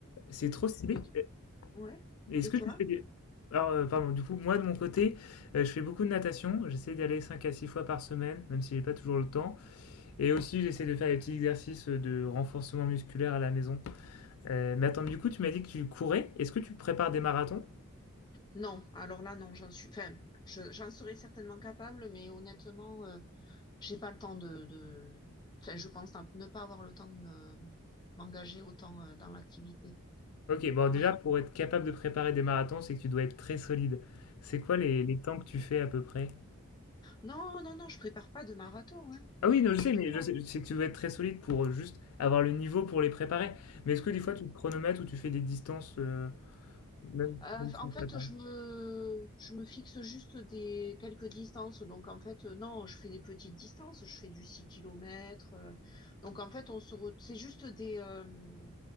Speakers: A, on the left; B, on the left.
A: C'est trop stylé.
B: Et,
A: Euh,
B: ouais.
A: Est-ce
B: Et
A: que
B: toi?
A: tu fais des... Alors, euh, pardon, du coup, moi de mon côté, euh, je fais beaucoup de natation. J'essaie d'aller 5 à 6 fois par semaine, même si j'ai pas toujours le temps. Et aussi, j'essaie de faire des petits exercices euh, de renforcement musculaire à la maison. Euh, mais attends, du coup, tu m'as dit que tu courais. Est-ce que tu prépares des marathons?
B: Non, alors là, non, j'en suis. Enfin, je- j'en serais certainement capable, mais honnêtement, euh, j'ai pas le temps de, de- Enfin, je pense à ne pas avoir le temps de me- m'engager autant euh, dans l'activité.
A: Ok, bon,
B: Ouais.
A: déjà, pour être capable de préparer des marathons, c'est que tu dois être très solide. C'est quoi les, les temps que tu fais à peu près?
B: Non, non, non, je prépare pas de marathon, hein.
A: Ah oui, non, je
B: Je
A: sais,
B: peux
A: mais
B: pas.
A: je sais, c'est que tu dois être très solide pour euh, juste avoir le niveau pour les préparer. Mais est-ce que des fois tu te chronomètres ou tu fais des distances euh, même,
B: Euh,
A: même sans
B: en
A: te
B: fait,
A: préparer?
B: je me, je me fixe juste des quelques distances. Donc, en fait, euh, non, je fais des petites distances. Je fais du 6 km. donc, en fait, on se re- c'est juste des, euh,